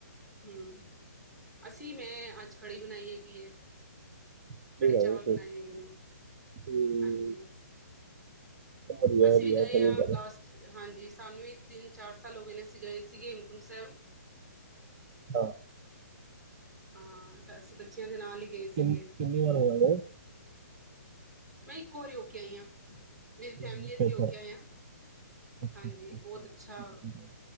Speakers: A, in the centre; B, on the right.
A: ਹਮ, ਅਸੀਂ ਮੈਂ ਅੱਜ ਕੜੀ ਬਣਾਈ ਹੈਗੀ ਹੈ।
B: ਖਿਚੜੀ
A: ਕੜੀ
B: ਬਣਾਈ
A: ਚਾਵਲ, ਬਣਾਏ
B: ਸੀ
A: ਹੈਗੇ ਨੇ।
B: ਹੂੰ
A: ਹਾਂਜੀ।
B: ਵਧੀਆ
A: ਅਸੀਂ
B: ਵਧੀਆ
A: ਵੀ ਗਏ
B: ਚੰਗੀ
A: ਹਾਂ,
B: ਗੱਲ
A: ਲਾਸਟ ਹਾਂਜੀ ਸਾਨੂੰ ਵੀ ਤਿੰਨ ਚਾਰ ਸਾਲ ਹੋ ਗਏ ਨੇ ਅਸੀਂ ਗਏ ਸੀਗੇ ਹੇਮਕੁੰਟ ਸਾਹਿਬ।
B: ਹਾਂ।
A: ਹਾਂ ਅਸੀਂ ਬੱਚਿਆਂ ਦੇ ਨਾਲ ਹੀ ਗਏ ਸੀਗੇ
B: ਸ਼ਨੀ <inaudible> ਵਾਰ ਹੋਇਆ।
A: ਮੈਂ ਇੱਕ ਵਾਰੀ ਹੋ ਕੇ ਆਈ ਹਾਂ, ਮੇਰੀ
B: ਹੂੰ,
A: ਫੈਮਿਲੀ
B: ਅੱਛਾ
A: ਅਸੀਂ
B: ਅੱਛਾ
A: ਹੋਕੇ
B: ਅੱਛਾ
A: ਆਏ ਹਾਂ।
B: ਅੱਛਾ ਠੀਕ
A: ਹਾਂਜੀ, ਬਹੁਤ
B: ਹੈ,
A: ਅੱਛਾ,
B: ਠੀਕ ਹੈ।